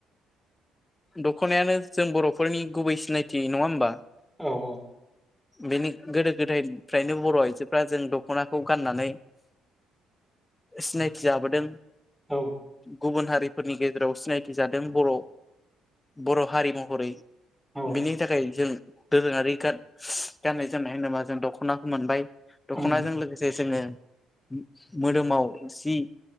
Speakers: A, on the left; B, in the centre.
A: दख'नायानो जों बर'फोरनि गुबै सिनायथि नङा होमबा?
B: औ औ
A: बेनि गोदो गोदायनिफ्रायनो बर' आइजोफोरा जों दख'नाखौ गाननानै सिनायथि जाबोदों
B: औ
A: गुबुन हारिफोरनि गेजेराव सिनायथि जादों बर' बर' हारि महरै।
B: औ
A: बिनि थाखाय जों दोरोङारि गान गाननाय जोमनाय होनोबा जों दख'नाखौ मोनबाय। दख'नाजों
B: उम
A: लोगोसे जोंङो मोदोमाव जि